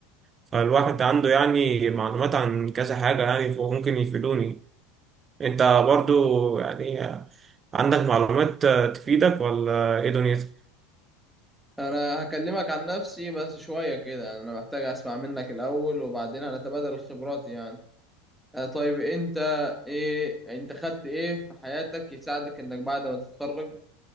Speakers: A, on the right; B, in the centre.
A: فالواحد عنده يعني معلومات عن كذا حاجة يعني فممكن يفيدوني أنت برضو يعني عندك معلومات تفيدك ولا إيه دنيتك؟
B: انا هكلمك عن نفسي بس شوية كده انا محتاج اسمع منك الاول وبعدين هنتبادل الخبرات يعني آه، طيب انت ايه انت خدت ايه في حياتك يساعدك انك بعد ما تتخرج